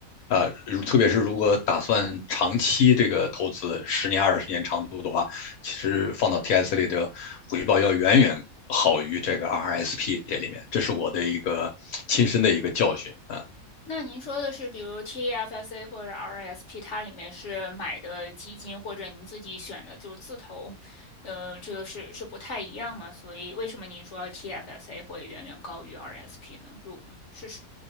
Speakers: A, on the left; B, on the left.
A: 啊，如特别是如果打算长期这个投资，
B: 嗯。
A: 十年、二十年长度的话，其实放到 TS a 里的回报要远远好于这个 RSP 这里面，这是我的一个亲身的一个教训啊。
B: 那您说的是，比如 TFSA 或者 RSP，它里面是买的基金，或者您自己选的就是自投，呃，这个是是不太一样嘛？所以为什么您说 TFSA 会远远高于 RSP 呢？如是是